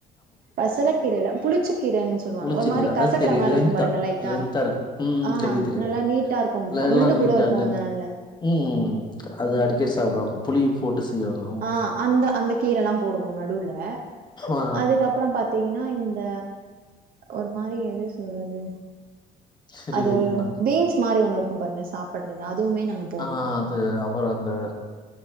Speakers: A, on the right; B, on the left.
A: பசல கீரயில்ல புளிச்ச கீரன்னு சொல்லுவாங்க
B: புளிச்சக்கீர
A: ஒரு மாரி கசக்குற
B: அது தெரியு
A: மாரி
B: லென்த்தா
A: இருக்கூபாருங்க லைட்டா
B: லென்த்தா இருக்கு ம் ம்
A: ஆ
B: தெரியு தெரியு
A: நல்லா நீட்டா இருக்கூ
B: எல்லா
A: முள்ளு
B: நீட்டா
A: கூட இருக்கூங்க
B: லென்த்
A: அதுல்ல
B: ம் ம் ம் அது அடிக்கடி சாப்டுவாங்க புளி போட்டு செய்வாங்க
A: ஆ அந்த அந்த கீர எல்லாம் போடுவோ நடுவுல
B: ஆ
A: அதுக்கப்பறம் ப்பறம் பாத்தீங்கன்னா இந்த ஒரு மாரி எது சொல்றது
B: சிறுகீரைங்களா
A: அது ஒரு பீன்ஸ் மாரி ஒண்ணு இருக்கும் பாருங்க சாப்பட்றது அதுவுமே நாங்க போடுவோ
B: ஆ அது அப்பறொ அந்த